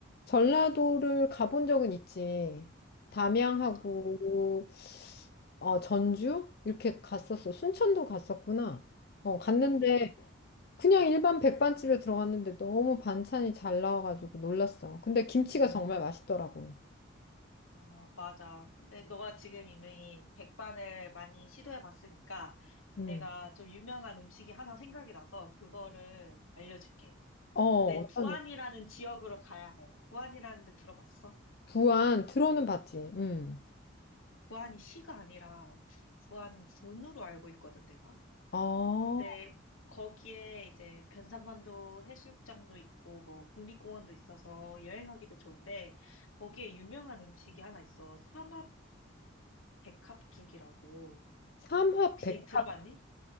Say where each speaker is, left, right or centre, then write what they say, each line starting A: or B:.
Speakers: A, on the left (about 50°); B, on the left (about 80°).
A: 전라도를 가본 적은 있지. 담양하고
B: 어,
A: 어, 전주? 이렇게 갔었어. 순천도 갔었구나. 어, 갔는데
B: 아, 그래?
A: 그냥 일반 백반집에 들어갔는데 너무 반찬이 잘 나와가지고 놀랐어. 근데 김치가
B: 음.
A: 정말 맛있더라고.
B: 어, 맞아. 근데 너가 지금 이미 백반을 많이 시도해 봤으니까
A: 음.
B: 내가 좀 유명한 음식이 하나 생각이 나서 그거를 알려줄게.
A: 어,
B: 근데 부안이라는
A: 어떤
B: 지역으로 가야 해. 부안이라는 데 들어봤어?
A: 부안 들어는 봤지. 음.
B: 부안이 시가 아니라 부안 군으로 알고 있거든, 내가.
A: 어,
B: 근데 거기에 이제 변산반도 해수욕장도 있고 뭐 국립공원도 있어서 여행하기도 좋은데 거기에 유명한 음식이 하나 있어. 삼합 백합죽이라고.
A: 삼합
B: 혹시
A: 백합.
B: 들어봤니?